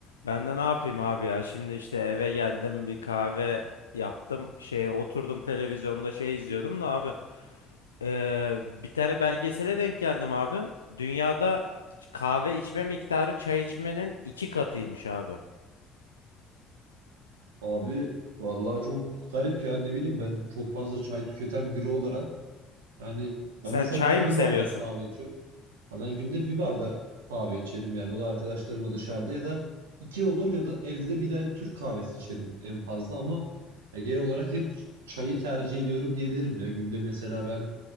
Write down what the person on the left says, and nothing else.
Ben de ne yapayım abi ya? Şimdi işte eve geldim bir kahve yaptım. Şey oturdum televizyonda şey izliyordum da abi. Ee, bir tane belgesele denk geldim abi. Dünyada kahve içme miktarı çay içmenin iki katıymış abi.
Sen
çay
mı
seviyorsun?